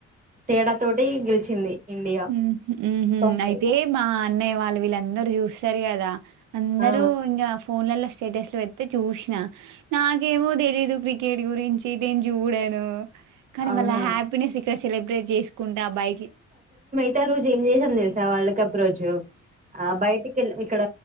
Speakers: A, on the right; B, on the right.
A: తేడా తోటి గెలిచింది ఇండియా
B: ఉహ్ ఊహు
A: తొంభై
B: అయితే మా అన్నయ్య వాళ్ళు వీళ్ళందరు చూస్తారు కదా అందరూ
A: ఆ
B: ఇంగ ఫోన్లల ష్ స్టేటస్ లు పెడితే చూసిన నాకేమో తెలీదు క్రికెట్ గురించి నేన్ చూడను కానీ
A: అవునా
B: వాళ్ళ హ్యాపీనెస్ ఇక్కడ సెలబ్రేట్ చేసుకుంటే ఆ బైక్ ఈ
A: తె అ రోజు ఏం చేసాం తెలుసా వరల్డ్ కప్ రోజు ఆ బయటికి కెలం ఇక్కడ